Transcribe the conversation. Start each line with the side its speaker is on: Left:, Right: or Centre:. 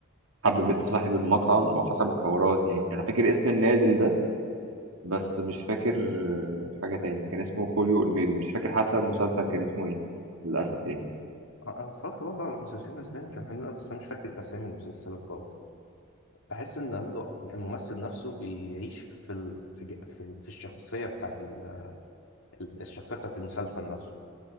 Right: حب بنت صاحب المطعم وحصلت حوارات يعني انا فاكر اسم النادل ده بس مش فاكر حاجه تاني كان اسمه خوليو اولميدو مش فاكر حتى المسلسل كان اسمه ايه للاسف يعني
Left: انا اتفرجت برضه على مسلسلين اسباني كان حلو أوي، بس انا مش فاكر اسامي المسلسلات خالص بحس ان هل- الممثل نفسه بيعيش في ال... في ج- في, ال... في الشخصيه بتاعت ال... ال- الشخصيه بتاعت المسلسل نفسه